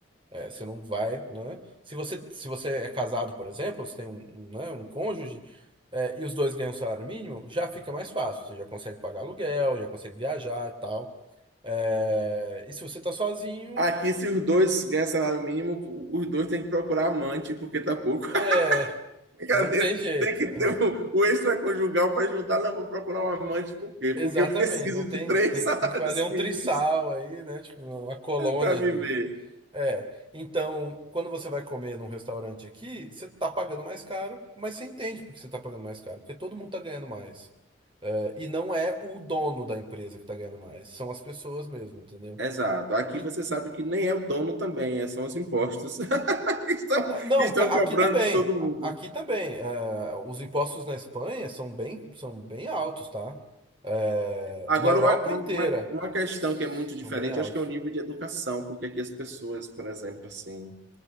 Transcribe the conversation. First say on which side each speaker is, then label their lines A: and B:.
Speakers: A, on the right; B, on the right.
A: É, você não vai, né? Se você, se você é casado, por exemplo, você tem um, um, né, um cônjuge, é, e os dois ganham um salário mínimo, já fica mais fácil. Você já consegue pagar aluguel, já consegue viajar e tal. É, e se você tá sozinho,
B: Aqui, se os dois ganham salário mínimo, os dois têm que procurar amante, porque tá pouco.
A: é,
B: <laughs> Brincadeira.
A: não tem jeito.
B: Tem que
A: é.
B: ter o, o extraconjugal para juntar. Não, vou procurar um amante, por quê?
A: exatamente,
B: Porque eu <laughs> preciso
A: não tem,
B: de três
A: tem,
B: <laughs> salários
A: tem que fazer um
B: mínimos
A: trisal aí, né? Tipo, uma colônia
B: para viver.
A: É, então, quando você vai comer num restaurante aqui, você tá pagando mais caro, mas você entende por que você tá pagando mais caro, porque todo mundo tá ganhando mais. É, e não é o dono da empresa que tá ganhando mais, são as pessoas mesmo, entendeu?
B: Exato. Aqui
A: E-
B: você sabe que nem é o dono também, é, são os impostos <laughs> que estão,
A: não, não,
B: que estão
A: ca-
B: cobrando
A: aqui também,
B: de todo mundo.
A: a- aqui também, é, os impostos na Espanha são bem, são bem altos, tá? É,
B: Agora,
A: na Europa
B: uma, uma,
A: inteira,
B: uma uma questão
A: são
B: que é muito diferente,
A: bem altos.
B: acho que é o nível de educação, porque aqui as pessoas, por exemplo, assim,